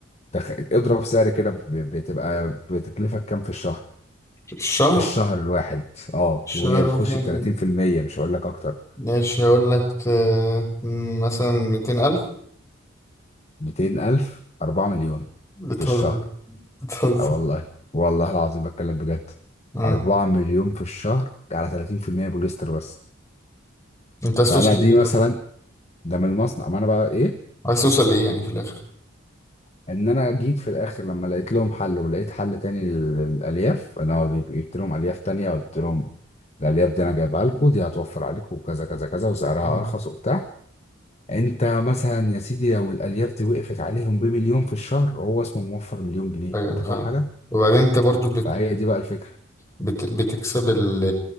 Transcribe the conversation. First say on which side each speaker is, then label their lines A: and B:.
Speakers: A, on the left; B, on the left.
A: تخ... اضرب سعر كده ب- بتبقى بتكلفك كام في الشهر
B: الشهر
A: في الشهر الواحد اه
B: الشهر
A: وهي بتخش
B: مثلا
A: ب 30% مش هقول لك اكتر
B: ماشي هقول لك ت- مم، مثلا ميتين ألف
A: 200000 4 مليون
B: بتهزر
A: في الشهر
B: بتهزر
A: اه والله والله العظيم بتكلم بجد
B: مم.
A: 4 مليون في الشهر ده على 30% بوليستر بس
B: انت عايز
A: فانا
B: توصل لإيه
A: دي مثلا
B: طيب؟
A: ده من المصنع ما انا بقى ايه
B: عايز توصل لإيه يعني في الآخر؟
A: ان انا جيت في الاخر لما لقيت لهم حل ولقيت حل تاني لل- للالياف انا جبت لهم الياف تانية قلت لهم الالياف دي انا جايبها لكم دي هتوفر عليكم وكذا كذا كذا وسعرها
B: مم.
A: ارخص وبتاع انت مثلا يا سيدي لو الالياف دي وقفت عليهم بمليون في الشهر هو اسمه موفر مليون جنيه
B: أيوة أنا
A: انت
B: فاهم
A: فاهم حاجه
B: وبعدين أنت برضو بت...
A: فهي دي بقى الفكره
B: بت... بتكسب ال...